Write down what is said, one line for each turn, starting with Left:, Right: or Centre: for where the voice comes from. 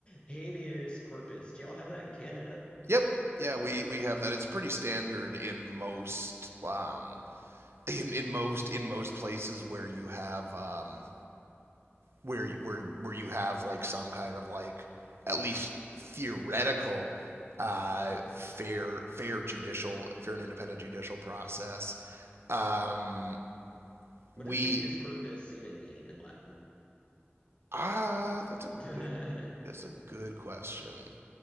Left: habeas corpus. Do y'all have that in Canada?
Right: Yep. Yeah, we we have that. It's pretty standard in most um in, in most in most places where you have um, where where where you have like some kind of like at least theoretical uh, fair fair judicial fair and independent judicial process. Um,
Left: What
Right: we
Left: does habeas corpus even mean in Latin?
Right: ah uh, that's a good
Left: <laughs> I
Right: that's a good question.